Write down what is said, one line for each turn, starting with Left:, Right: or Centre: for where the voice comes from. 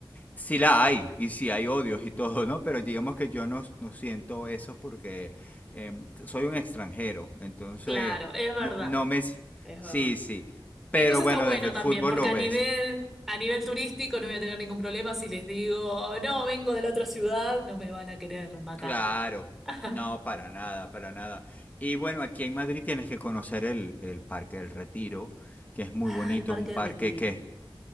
Left: sí la hay, y sí hay odios y todo, ¿no? Pero digamos que yo no, no siento eso porque eh, soy un extranjero, entonces
Centre: Claro, es verdad,
Left: no, no me...
Centre: es
Left: Sí,
Centre: verdad.
Left: sí, pero
Centre: Entonces
Left: bueno,
Centre: está bueno
Left: desde el
Centre: también,
Left: fútbol
Centre: porque
Left: lo
Centre: a
Left: ves.
Centre: nivel, a nivel turístico no voy a tener ningún problema si les digo, no, vengo de la otra ciudad, no me van a querer matar.
Left: Claro,
Centre: <laughs>
Left: no, para nada, para nada. Y bueno, aquí en Madrid tienes que conocer el, el Parque del Retiro, que es muy
Centre: Ah,
Left: bonito,
Centre: el Parque
Left: es un parque
Centre: de Retiro.
Left: que es